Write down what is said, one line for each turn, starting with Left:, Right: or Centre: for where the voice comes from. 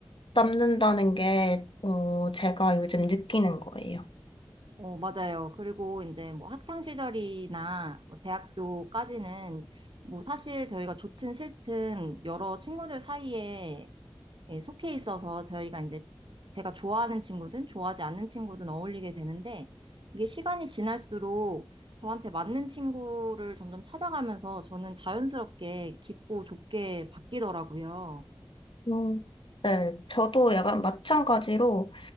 Left: 남는다는 게, 어, 제가 요즘 느끼는 거예요.
Right: 어, 맞아요. 그리고 이제 뭐 학창 시절이나 뭐 대학교까지는 뭐 사실 저희가 좋든 싫든 여러 친구들 사이에 예, 속해 있어서 저희가 이제 제가 좋아하는 친구든 좋아하지 않는 친구든 어울리게 되는데 이게 시간이 지날수록 저한테 맞는 친구를 점점 찾아가면서 저는 자연스럽게 깊고 좁게 바뀌더라고요.
Left: 음. 네, 저도 약간 마찬가지로,